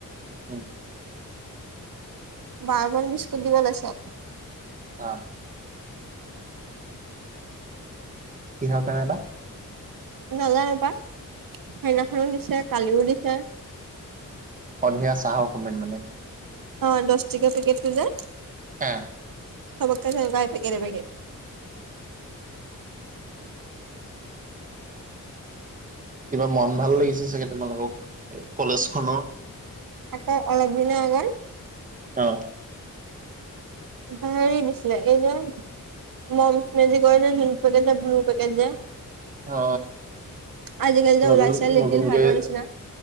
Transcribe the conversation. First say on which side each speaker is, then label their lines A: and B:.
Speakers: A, on the right (about 25°); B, on the right (about 80°).
A: উম।
B: বাৰবন বিস্কুট দিব লৈছোঁ।
A: আ কিহৰ কাৰণে বা
B: নাজানো পাই সেইদিনা খনো দিছে কালিও দিছে
A: সন্ধিয়া চাহৰ সময়ত মানে
B: অ দচ টকীয়া পেকেট টো যে
A: এহ
B: চবকে হেনকা এপেকেট এপেকেট
A: কিবা মন ভাল লাগিছে চাগে তোমালোকক কলেজ খনৰ
B: আকৌ অলপ দিনৰ আগত
A: অহ
B: হেৰি দিছিলে এই যে মমছ মেজিকৰ যে সেই থাকেযে ব্লু পেকেট যে
A: অ
B: আজিকালি যে
A: লগোণ
B: ওলাইছে লিটিল
A: লগোণ
B: হাৰ্টৰ
A: যে
B: নিচিনা